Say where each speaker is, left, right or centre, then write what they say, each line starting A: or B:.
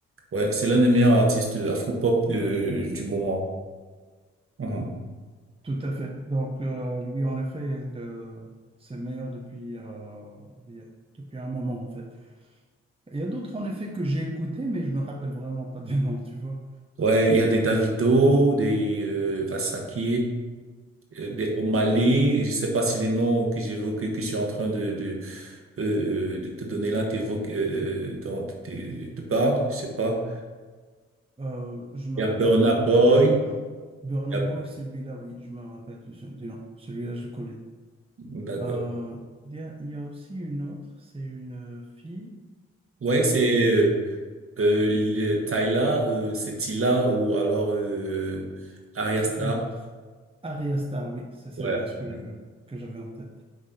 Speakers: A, on the right (about 50°); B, on the right (about 20°).
A: ouais, c'est l'un des meilleurs artistes afro-pop euh, du moment. Mhm.
B: Tout à fait. Donc, euh, Louis, en effet, il, euh, c'est le meilleur depuis, euh, il y a- depuis un moment, en fait. Il y a d'autres, en effet, que j'ai écoutés, mais je me rappelle vraiment pas du <laughs> nom, tu vois.
A: Ouais, il y a des Davido, des euh, Asake, euh,
B: Oui.
A: des- au Mali. Je sais pas si les noms que j'évoque, que, que je suis en train de, de, euh, euh, de te donner là, t'évoques, euh, euh, dont te, te parle, je sais pas.
B: Euh, je me
A: Il y
B: rappelle
A: a Burna
B: vraiment
A: Boy.
B: pas de leur nom. Burna
A: Il y
B: Boy,
A: a-
B: celui-là, oui, je me rappelle du, du nom. Celui-là, je le connais.
A: D'accord.
B: Euh, il y a, il y a aussi une autre, c'est une euh, fille,
A: Ouais,
B: celle-là,
A: c'est euh, euh, le- Tyla, euh, c'est Tila ou alors euh, Arya
B: Ah,
A: Star.
B: une autre. Arya Star, oui, c'est celle-là
A: Ouais,
B: que
A: ouais.
B: je- que j'avais en tête.